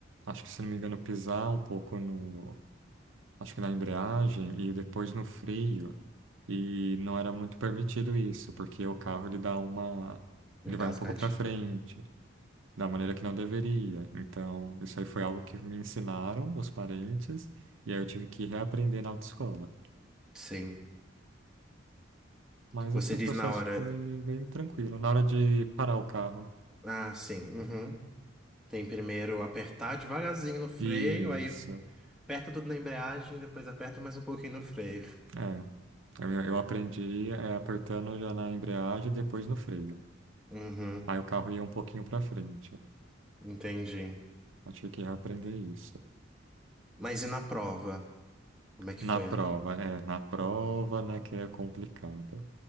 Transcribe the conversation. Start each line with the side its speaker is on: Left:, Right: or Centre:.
Right: acho que se não me engano, pisar um pouco no, acho que na embreagem e depois no freio. E não era muito permitido isso, porque o carro ele dá uma,
Centre: Engasgadinho.
Right: ele vai um pouco para frente, da maneira que não deveria. Então, isso aí foi algo que me ensinaram os parentes e aí eu tive que reaprender na autoescola.
Centre: Sim.
Right: Mas
Centre: Você
Right: assim, o
Centre: diz
Right: processo
Centre: na hora.
Right: foi bem tranquilo. Na hora de parar o carro,
Centre: Ah, sim. Uhum. Tem primeiro apertar devagarzinho no freio,
Right: isso.
Centre: aí Aperta tudo na embreagem, depois aperta mais um pouquinho no freio.
Right: É, eu, eu aprendi é, apertando já na embreagem e depois no freio.
Centre: Uhum,
Right: Aí o carro ia um pouquinho para frente.
Centre: entendi.
Right: Eu tive que aprender isso.
Centre: Mas e na prova? Como é que
Right: Na
Centre: foi?
Right: prova,
Centre: a-
Right: é, na prova, né, que é complicada.